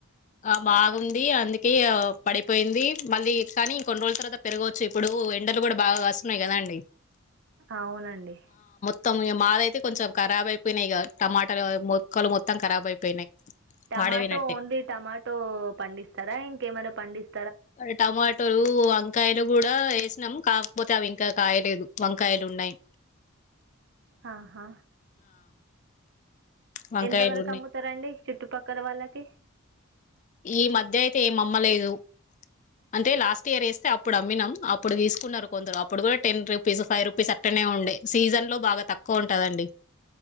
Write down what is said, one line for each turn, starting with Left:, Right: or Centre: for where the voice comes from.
Left: ఆ బాగుంది అందుకే ఇగ పడిపోయింది. మళ్ళీ, కానీ కొన్ని రోజుల తర్వాత పెరగవచ్చు. ఇప్పుడు, ఎండలు కూడ బాగా కాస్తున్నాయి కదా అండి.
Right: అవునండి.
Left: త్తం ఇగ మావయితే కొంచం ఖరాబ్ అయిపోయినయ్ ఇగ. టమాటాలు మొక్కలు మొత్తం ఖరాబ్ అయిపోయినాయి.
Right: టమాటో
Left: పాడైపోయినట్టే
Right: ఓన్డి టమాటో పండిస్తారా? ఇంకేమైనా పండిస్
Left: అవి టమాటోలు అగ్ వంకాయలు కూడా వేసినాం. కాకపోతే, అవి ఇంకా కాయలేదు వంకాయలున్నాయ్.
Right: ఆహా
Left: వంకాయలు
Right: ఎంత వరకు
Left: ఉన్నాయి
Right: అమ్ముతరండి? చుట్టుపక్కల వాళ్ళకి.
Left: ఈ మధ్య అయితే ఏం అమ్మలేదు. అంటే లాస్ట్ ఇయర్ వేస్తే అప్పుడు అమ్మినాం. అప్పుడు తీసుకున్నారు కొందరు అప్పుడు కూడా, టెన్ రూపీస్, ఫైవ్ రూపీస్, అట్టనె ఉండె. సీజన్ లో బాగా తక్కువుంటదండి.